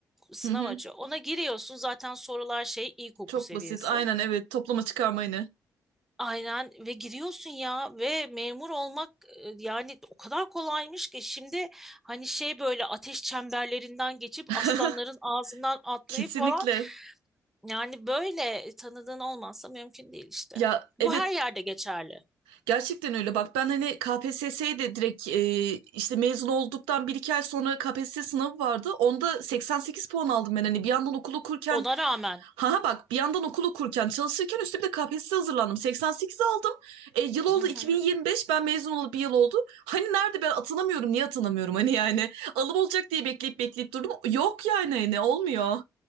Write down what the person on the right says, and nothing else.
Hı hı.
Çok
basit. Aynen evet. Toplama çıkarma yine.
<laughs>
Kesinlikle.
Ya
evet
gerçekten öyle. Bak ben hani KPSS'ye de direkt e, işte mezun olduktan bir iki ay sonra KPSS sınavı vardı. Onda 88 puan aldım ben. Hani bir yandan okul okurken
Ha ha bak bir yandan okul okurken çalışırken üstüne bir de KPSS'ye hazırlandım. 88 aldım. E, yıl oldu
2025 ben mezun olup bir yıl oldu. Hani nerede ben atanamıyorum niye atanamıyorum hani yani. Alım olacak diye bekleyip bekleyip durdum. Yok yani hani ne olmuyor.